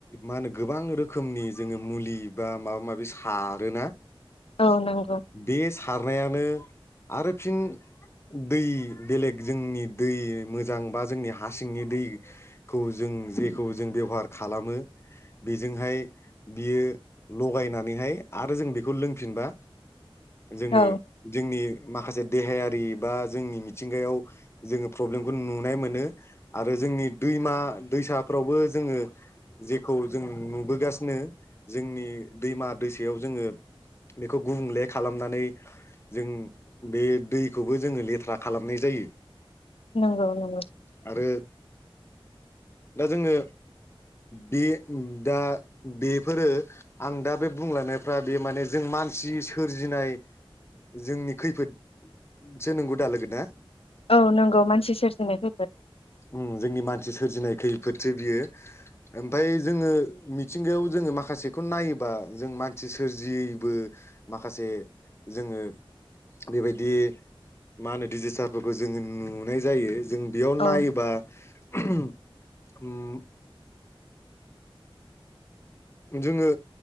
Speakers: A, on the left; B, on the left.
A: मा होनो गोबां रोखोमनि जोङो मुलि बा माबा माबि सारोना
B: औ नंगौ
A: बे सारनायानो आरो फिन दै बेलेग जोंनि दै मोजां बा जोंनि हासिंनि दैखौ जों जेखौ जों बेवहार खालामो बेजोंहाय बियो लगायनानैहाय आरो जों बेखौ लोंफिनबा जोङो
B: औ
A: जोंनि माखासे देहायारि बा जोंनि मिथिंगायाव जोङो प्रब्लेमखौ नुनाय मोनो आरो जोंनि दैमा दैसाफ्रावबो जोङो जेखौ जों नुबोगासिनो जोंनि दैमा दैसायाव जोङो बेखौ गुबुंले खालामनानै जों बे दैखौबो जोङो लेथ्रा खालामनाय जायो
B: नोंगौ नोंगौ
A: आरो दा जोङो बे दा बेफोरो आं दा बे बुंलानायफ्रा बे माने जों मानसि सोरजिनाय जोंनि खैफोदसो नोंगौ दा लोगो ना
B: औ नोंगौ मानसि सोरजिनाय खैफोद
A: उम जोंनि मानसि सोरजिनाय खैफोदसो बियो ओमफाय जोङो मिथिंगायाव जोङो माखासेखौ नायोबा जों मानसि सोरजियैबो माखासे जोङो बेबायदि मा होनो डिजिस्टारफोरखौ जोङो नु नुनाय जायो जों बेयाव
B: औ
A: नायोब <unintelligible> उम जोङो